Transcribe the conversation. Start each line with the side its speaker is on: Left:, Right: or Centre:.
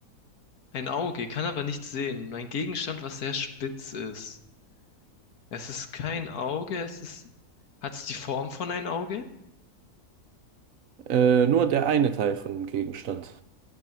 Left: Ein Auge, kann aber nichts sehen. Ein Gegenstand, was sehr spitz ist. Es ist kein Auge, es ist. Hat es die Form von einem Auge?
Right: Äh, nur der eine Teil von dem Gegenstand.